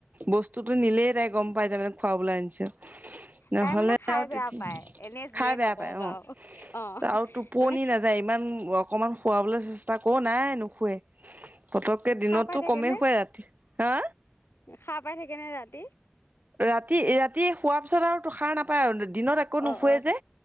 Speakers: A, on the right; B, on the left.
A: বস্তুতো নিলেই গম পাই যায় মানে। খোৱাবলৈ আনিছিল। নহ'লে
B: তাই মানে খাই
A: আৰু
B: বেয়া
A: তেতি
B: পায় এনে যিয়ে
A: খাই বেয়া
B: নকওক
A: পায় অ',
B: আৰু অ
A: আৰু টোপনি
B: মানে
A: নাযায় ইমান অকমান খোৱাবলৈ চেষ্টা কৰ নাই। নুখুৱে পতককে দিনতো
B: খাৰ পাই থাকেনে
A: কমেই শুৱে ৰাতি হা।
B: খাৰ পাই থাকেনে ৰাতি
A: ৰাতি ৰাতি শোৱাৰ পিছত আৰু তুষাৰ নাপায় আৰু। দিনত একো নুশোৱে
B: অ অ
A: যে